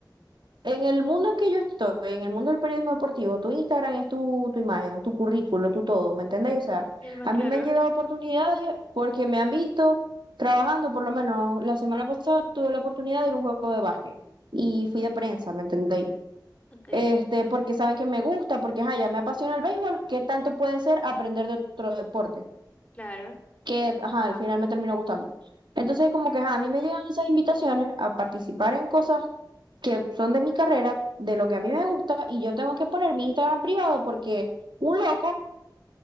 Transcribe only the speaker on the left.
Mi alma,
claro.
Ok.
Ok,
claro.
Ajá.